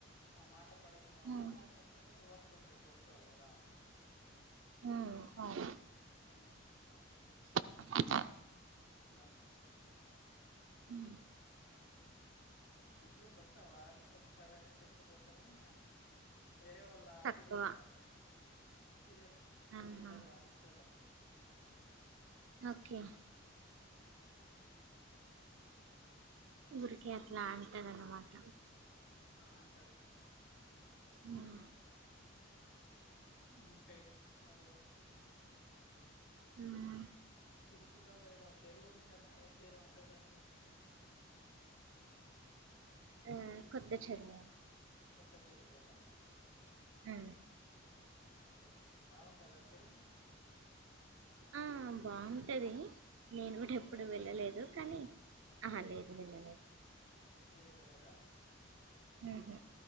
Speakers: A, on the left; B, on the right.
A: ఆ మాట పడకు కుండా
B: హ్మ్.
A: ఉండాలంటే ఫస్ట్ ఒక వర్క్ కంప్లీట్ జేస్కోవాలి గదా
B: ఉ అవు
A: ఆ
B: <unintelligible>
A: ట్లని
B: ఉ
A: తిట్లు పడ్తా వారానికి ఒకసారి అయినా తిట్లు పడ్తా కానీ ఇగ వేరే వాళ అలా
B: తక్కువ.
A: సీరియస్ కాదు అన్నట్టు సీరియస్ నెస్
B: ఆహా!
A: ఉండదు తిట్లలో
B: ఓకే
A: ఆ
B: ఊరికే అట్లా అంటరు అన్నమాట
A: ఆ అంటారు
B: ఉన్నాయ్
A: ఇంకా జేస్సున్నారు
B: హ
A: సిరిసిల్లలో ఏదో చెరువు ఉంది గదా ఏం చెరువు అంటారు దానికి
B: ఆ కొత్త చెరువు
A: కొత్త చెరువు కదా
B: హ్
A: ఓకే బాగుంటందా చెరు
B: ఆ బాగుంటది నేను కూడా
A: పోయిరా
B: ఎప్పుడు
A: ఎప్పుడైనా
B: వెళ్ళలేదు కానీ అహ లేదు వెళ్ళలేదు
A: మీరూ ఎల్లలేదా
B: ఉహ్